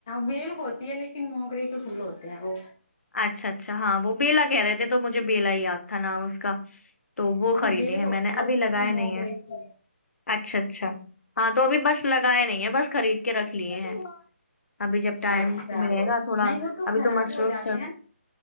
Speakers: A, on the left; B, on the left.
A: ویل ہوتی ہے لیکن موگرے کے پھول ہوتے ہیں وہ
B: اچھا اچھا ہاں وہ بیلا کہہ رہے تو مجھے بیلا یاد تھا نام اس کا تو وہ خریدے
A: بیل
B: ہیں
A: ہوتی
B: میں نے ابھی
A: ہے اس
B: لگائے
A: کی موگرے
B: نہیں ہیں
A: کی
B: اچھا اچھا ہاں تو ابھی بس لگائے نہیں ہے بس خرید کے رکھ لیے ہیں ابھی جب ٹائم
A: اچھا
B: ملے گا تھوڑا
A: نہیں وہ تو
B: ابھی
A: خراب
B: مصروف
A: ہو جاتا